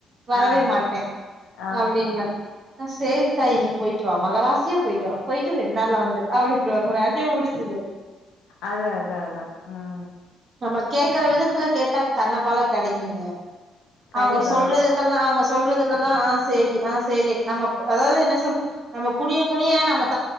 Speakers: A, on the right; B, on the left.
A: வரவே
B: ஆ
A: மாட்டே
B: ஆ
A: அப்டிம்பே ஆ சேரித்தாயி நீ போயிட்டுவா மகராசியாப் போயிட்டுவா போயிட்டு ரெண் நாள்ல வந்துரு அப்டின்டுவாங்க வேலையே முடிஞ்சிது
B: அது அது அதா ம்
A: நம்ம கேக்கற விதத்துல கேட்டா தன்னப் போல கெடைக்குங்க
B: கண்டிப்பா
A: அவுங்க சொல்றதுக்கெல்லா
B: கண்டிப்பா
A: அவுங்க சொல்றதுக் கெல்லா ஆ சேரி ஆ சேரி நமக் அதாவ்து என்ன சொல்ற நம்மக் குனியக் குனிய நம்மத்